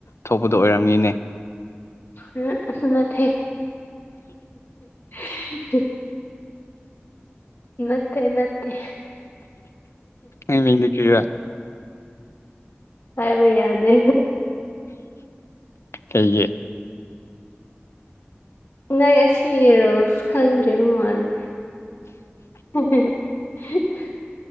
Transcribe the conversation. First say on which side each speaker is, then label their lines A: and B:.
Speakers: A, on the left; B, on the left.
A: ꯊꯣꯛꯄꯗꯣ ꯑꯣꯏꯔꯝꯅꯤꯅꯦ
B: ꯑ ꯑꯁꯨꯅ ꯊꯦ <unintelligible> ꯅꯠꯇꯦ ꯅꯠꯇꯦ
A: ꯅꯪ ꯃꯤꯡꯗꯤ ꯀꯔꯤꯔꯥ
B: ꯍꯥꯏꯕ ꯌꯥꯗꯦ
A: ꯀꯩꯒꯤ
B: ꯅꯪ ꯑꯁꯤꯒꯤ ꯔꯨꯜꯁ ꯈꯪꯗ꯭ꯔꯤꯕ ꯃꯥꯜꯂꯦ <unintelligible>